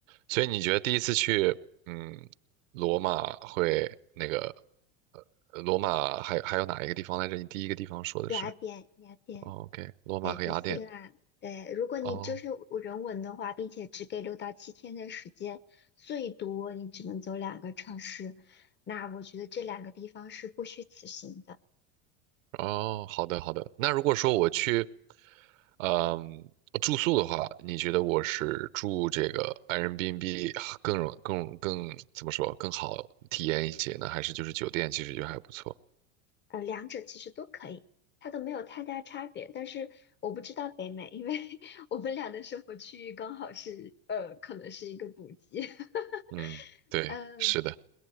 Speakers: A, on the right; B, on the left.
A: 所以你觉得第一次去，嗯，罗马会那个，呃，罗马还还有哪一个地方来着？你第一个地方说的是，
B: 雅典，雅典，
A: 哦，OK，罗马和雅典。
B: 对，就希腊，对，如果你就是人文的话，
A: 哦
B: 并且只给六到七天的时间，最多你只能走两个城市，那我觉得这两个地方是不虚此行的。
A: 哦，好的好的。那如果说我去，嗯，住宿的话，你觉得我是住这个 Airbnb 更容更更怎么说更好体验一些呢？还是就是酒店其实就还不错？
B: 呃，两者其实都可以，它都没有太大差别。但是我不知道北美，因为 <laughs> 我们俩的生活区域刚好是，呃，可能是一个补给。<laughs>
A: 嗯，对，
B: 嗯，
A: 是的。